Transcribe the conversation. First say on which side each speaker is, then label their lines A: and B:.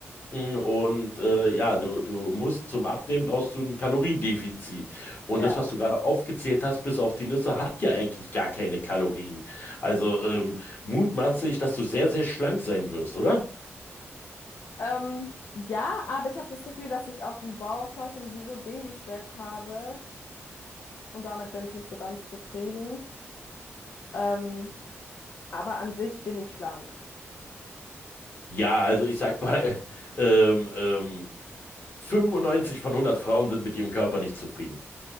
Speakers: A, on the left (about 45°); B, on the left (about 60°).
A: Mm, Und äh, ja, du, du musst zum Abnehmen brauchst du ein Kaloriendefizit. Und
B: ja.
A: das, was du gerade aufgezählt hast, bis auf die Nüsse, hat ja eigentlich gar keine Kalorien. Also ähm, mutmaße ich, dass du sehr, sehr schlank sein wirst, oder?
B: Ähm, ja, aber ich habe das Gefühl, dass ich auf dem Bauch trotzdem wie so Babyspeck habe und damit bin ich nicht so ganz zufrieden. Ähm, aber an sich bin ich schlank.
A: Ja, also ich sag mal, <laughs> ähm, ähm, 95 von 100 Frauen sind mit ihrem Körper nicht zufrieden.